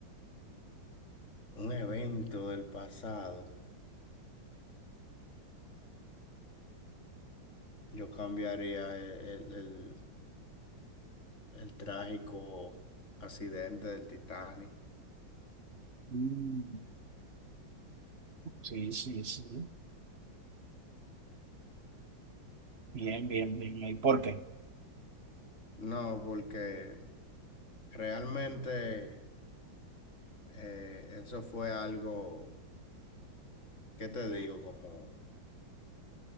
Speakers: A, on the left; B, on the right.
A: un evento del pasado, yo cambiaría e-, el, el el trágico accidente del Titanic.
B: Mm, sí, sí, sí. Bien, bien, bien. ¿Y por qué?
A: No, porque realmente... eh, eso fue algo, ¿qué te digo? Como